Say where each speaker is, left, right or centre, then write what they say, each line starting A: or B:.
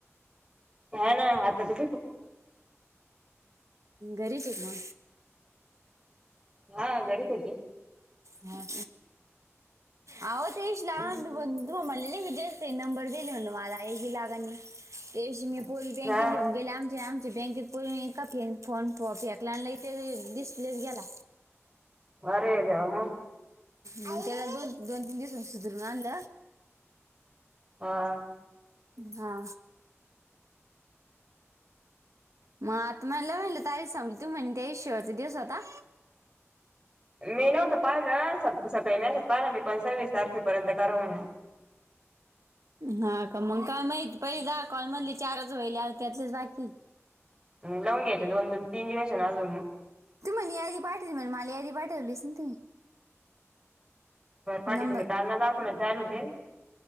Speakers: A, on the right; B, on the right.
A: हा ना हातच
B: गरीजक ना
A: हा घरीच होती
B: ह आवत येश ला
A: हम्म
B: बंद म मल विजय नंबर देणे म्हण मला हे क लाग त्यावशी मी पोली बँकेत
A: हा
B: घऊन गेले आचेमचे बँकेत प का फ फोन फेकला आणला ते डिस्प्लेस गेला
A: वर जाम
B: ह त्याला दोन दोन तीन दिवसां सुधरू नांद
A: हा
B: हा मग आता मला म्हलं तारीख संांपली तू म्हण त शेवटचा दिवस आता
A: मी नव्हत पाहिलं सकाळी मच पाहिलं मी पंवीस तारखेपर्यंत कराव
B: हा का मग काय माहिती पहिले द कॉलमधली चारच वईले त्यातलेच बाकी
A: लावून घ्यायचं दोन तीन दिवस आहे ना अजून मग
B: तुम म यादी पाठटे देन मला यादी बाटे लस तुही
A: र पाठी
B: नंबर
A: तुम्ही कालना दाख ना जाल होते